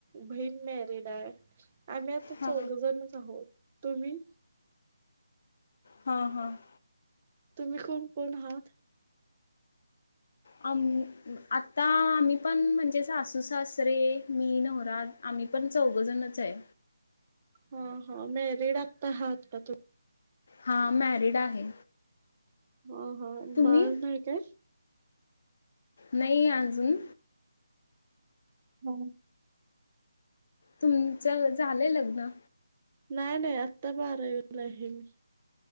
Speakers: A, on the right; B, on the left.
A: बहीण मॅरिड आहे आम्ही आता
B: हां
A: चौघजणच आहोत तुम्ही
B: हम हम
A: तुम्ही कोण कोण आहात
B: आ आता आम्ही पण म्हणजे सासू सासरे मी नवराात आम्ही पण चौघजणच आहे
A: हा हा मे रेड आपता हा हात पाथू
B: हा मॅरिड आहे
A: ह हा
B: तुम्ही?
A: बाळ नाही तर
B: नाही अजून
A: होम
B: तुमच झालंय लग्न
A: नाही नाही आत्ता बारावीला आहे मी